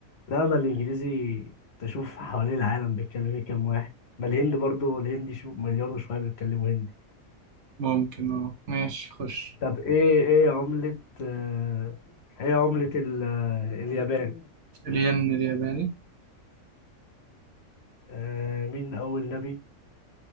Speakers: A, on the left; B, on the right.
A: لا ما الانجليزي تشوف حوالين العالم بيتكلم فيه كام واحد ما الهند برضو الهندي شو مليار وشوية بيتكلموا هندي
B: ممكن اه ماشي خش
A: طب ايه ايه عملة آه ايه عملة ال- آه، اليابان
B: الين الياباني
A: آه مين اول نبي